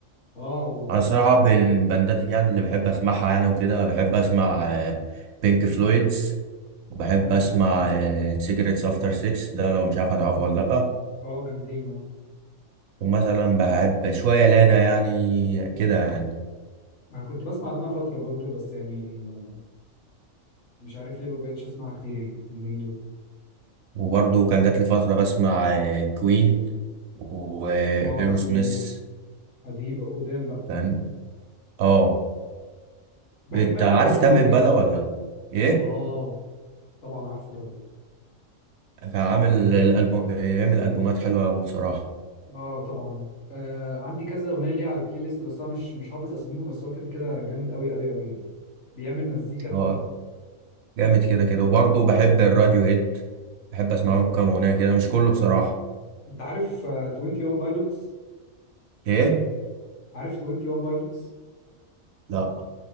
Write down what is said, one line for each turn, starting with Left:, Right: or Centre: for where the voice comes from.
Left: اه و...
Right: انا الصراحه بين البندات يعني اللي بحب اسمعها يعني وكده بحب اسمع بينك فلويدز وبحب
Left: حلو
Right: اسمع سيجرتس افتر 6 ده لو مش عارف هتعرفه
Left: مم.
Right: ولا لا
Left: اه جامدين اه
Right: ومثلا بحب شويه لانا يعني كده يعني
Left: انا كنت بسمع لنا فترة برضو بس يعني آه، مش عارف ليه ما بقتش اسمعها كتير يعني اليومين دول
Right: وبرضه كان جات لي فتره بسمع كوين وايرو
Left: اه بس
Right: سميث
Left: آه، قديم قدام بقى
Right: فاهم اه
Left: بحب
Right: انت
Left: انا
Right: عارف
Left: برضو
Right: تامن
Left: قوي
Right: امبالا ولا لا ايه
Left: اه طبعا عارفه طبعا
Right: كان عامل الالبوم بيعمل البومات حلوه قوي بصراحه
Left: اه طبعا آه عندي كذا اغنيه ليه على البلاي ليست بس انا مش مش حافظ اساميهم بس هو كده كده جامد قوي قوي قوي يعني بيعمل مزيكا تحفه
Right: هو جامد كده كده وبرضه بحب الراديو هيد بحب اسمع
Left: اه طبعا
Right: لهم كام اغنيه كده مش كله بصراحه
Left: انت عارف آه، 21 بايلوتس
Right: ايه
Left: عارف 21 بايلوتس
Right: لا